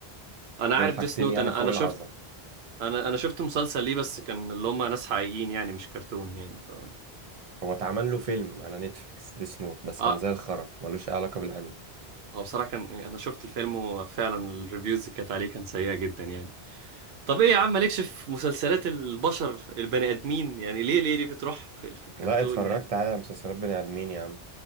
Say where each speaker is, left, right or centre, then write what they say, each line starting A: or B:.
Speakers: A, on the right; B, on the right.
A: انا
B: دول
A: عارف
B: حاجتين
A: ديس نوت
B: يعني
A: انا
B: فوق
A: انا شفت
B: العظمه
A: انا انا شفت مسلسل ليه بس كان اللي هم ناس حقيقيين يعني مش كرتون يعني ف
B: هو اتعمل له فيلم على نتفليكس ديث نوت بس
A: اه
B: كان زي الخرا ملوش اي علاقه بالانمي
A: هو بصراحة كان انا شفت الفيلم وفعلا الريفيوز اللي كانت عليه كان سيئة جدا يعني طب ايه يا عم مالكش في مسلسلات البشر البني ادمين يعني ليه ليه ليه بتروح في, في الكرتون
B: لا اتفرجت
A: يعني
B: على مسلسلات بني ادمين يا عم